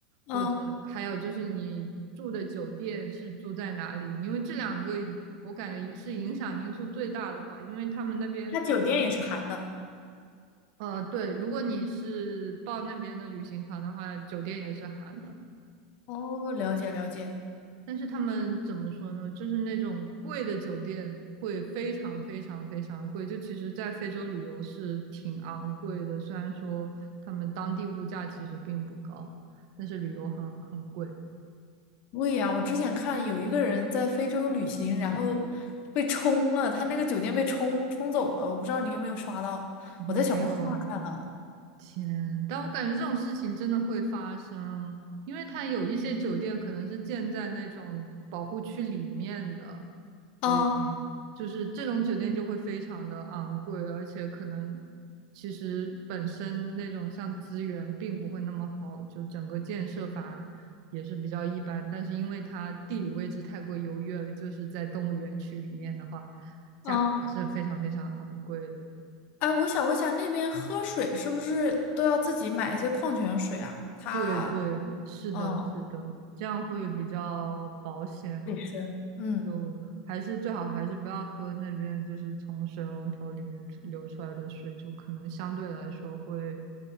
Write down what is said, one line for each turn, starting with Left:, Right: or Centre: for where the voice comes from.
Left: 嗯，
Right: 或者还有就是你住的酒店是住在哪里？因为这两个我感觉也是影响因素最大的吧，因为他们那边，
Left: 他酒店也是含的。
Right: 呃，对，如果你是报那边的旅行团的话，酒店也是含的，
Left: 哦，了解了解。
Right: 但是他们怎么说呢？就是那种贵的酒店会非常非常非常贵，就其实在非洲旅游是挺昂贵的，虽然说他们当地物价其实并不高，但是旅游很很贵。
Left: 对呀，我之前看有一个人在非洲旅行，然后被冲了，他那个酒店被冲冲走了，我不知道你有没有刷到，
Right: 没有哎，
Left: 我在小红书上看到的。
Right: 天，但我感觉这种事情真的会发生，因为它有一些酒店可能是建在那种保护区里面的，
Left: 嗯
Right: 所以就是这种酒店就会非常的昂贵，而且可能其实本身那种像资源并不会那么好，就整个建设反而也是比较一般，但是因为它地理位置太过优越了，就是在动物园区里面的话，价格还是非常非常昂贵的。
Left: 嗯，哎，我想问一下，那边喝水是不是都要自己买一些矿泉水啊？他，
Right: 对对，是的，
Left: 嗯，
Right: 是的，这样会比较保险。
Left: 卫生。嗯
Right: 就还是最好还是不要喝那边就是从水龙头里面出流出来的水，就可能相对来说会